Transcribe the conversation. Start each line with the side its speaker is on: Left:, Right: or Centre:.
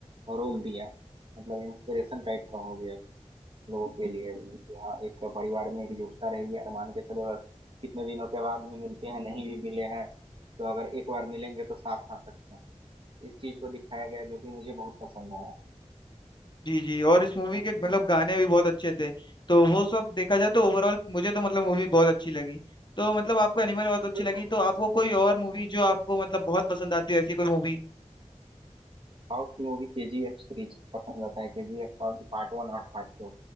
Right: रोल दिया मतलब इंस्पिरेशन टाइप का हो गया लोगों के लिए कि हाँ एक परिवार में एकजुटता रहेगी और मान के चलो अगर कितने दिनों के बाद भी मिलते हैं नहीं भी मिले हैं तो अगर एक बार मिलेंगे तो साथ आ सकते हैं इस चीज को दिखाया गया जो कि मुझे बहुत पसंद आया
Left: जी जी और इस मूवी
Right: है
Left: के
Right: कि
Left: मतलब
Right: नहीं
Left: गाने भी बहुत अच्छे थे तो वो सब देखा जाए तो ओवरऑल मुझे तो मतलब मूवी बहुत अच्छी लगी तो मतलब आपको एनिमल बहुत
Right: मुझे
Left: अच्छी
Right: भी
Left: लगी
Right: बहुत
Left: तो
Right: पसंद
Left: आपको कोई और मूवी जो आपको मतलब बहुत पसंद आती है ऐसी कोई मूवी
Right: साउथ की movie K G F series पसंद आता है के जी एफ पार्ट वन और पार्ट टू